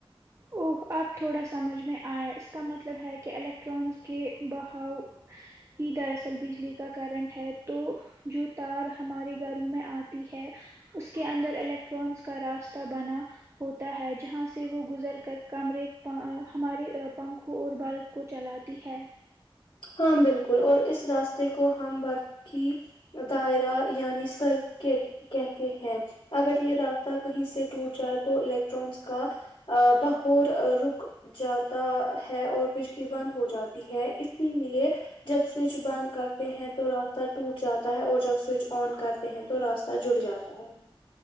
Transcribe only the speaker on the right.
اوہ آپ تھوڑا سمجھ میں آیا اس کا مطلب ہے کہ الیکٹرانز کے بہاؤ ہی دراصل بجلی کا کرنٹ ہے تو جو تار ہمارے گھروں میں آتی ہے اس کے اندر الیکٹرانز کا راستہ بنا ہوتا ہے جہاں سے وہ گزر کمرے ہمارے پنکھوں اور بلب کو چلاتی ہے